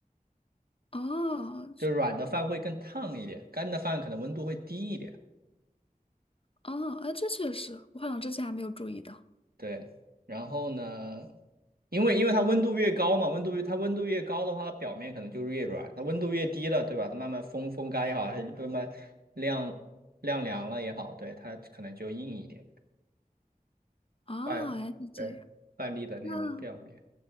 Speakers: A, on the left (about 40°); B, on the right (about 85°).
A: 哦，这
B: 就软的饭会更烫一点，干的饭可能温度会低一点。
A: 哦，哎，这确实，我好像之前还没有注意到。
B: 对，然后呢，因为因为它温度越高嘛，温度越它温度越高的话，它表面可能就是越软；它温度越低了，对吧？它慢慢风风干也好，还是慢慢晾晾凉了也好，对，它可能就硬一点，
A: 哦，
B: 半对半粒的那种表面。
A: 原来是这样。那